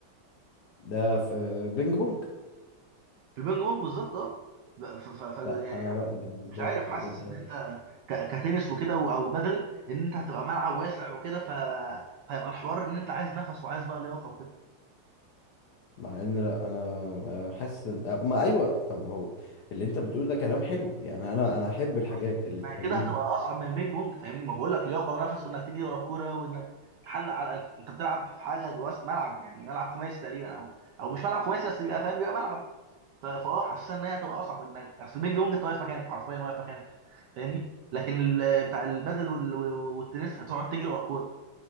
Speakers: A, on the left (about 70°); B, on the right (about 80°).
A: ده في بينج بونج
B: في البينج بونج بالظبط اه ب- ف ف ف يعني
A: لا انا بقى بالنسبه
B: مش عارف
A: لي
B: حاسس
A: الموضوع ده
B: ان انت ك- كتنس وكده و- او بدل ان انت هتبقى ملعب واسع وكده ف فيبقى الحوار ان انت عايز نفس وعايز بقى لياقه وكده
A: مع ان لا انا آه، حاسس إن- آه، ما ايوه طب ما هو اللي انت بتقوله ده كلام حلو يعني انا انا احب الحاجات
B: طيب
A: اللي
B: ما
A: تخليني
B: هي كده هتبقى اصعب من البينج بونج فاهمني ما بقول لك لياقه ونفس وانك تجري ورا الكوره وانك تحلق على انت بتلعب في حاجه جوه ملعب يعني ملعب خماسي تقريبا او او مش ملعب خماسي بس بيبقى فاهم بيبقى ملعب ف- فاه حاسس ان هي هتبقى اصعب انك اصل البينج بونج انت واقف مكانك حرفيا واقف مكانك فاهمني لكن ال- بتاع البدل وال- والتنس هتقعد تجري ورا الكوره